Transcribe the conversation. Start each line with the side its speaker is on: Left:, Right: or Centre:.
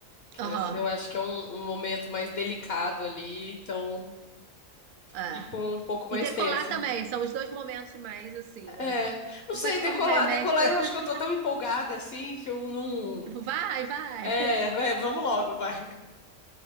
Left: Que
Right: Aham.
Left: as- eu acho que é um, um momento mais delicado ali, então
Right: é.
Left: Fico um pouco mais
Right: E decolar
Left: tensa.
Right: também, são os dois momentos mais assim, né?
Left: É, não
Right: Depois
Left: sei,
Right: você
Left: decolar,
Right: toma um remédio
Left: decolar,
Right: pra.
Left: eu
Right: <laughs>
Left: acho que eu tô tão empolgada assim que eu não.
Right: Tipo, vai, vai.
Left: É, é, vamos logo, vai.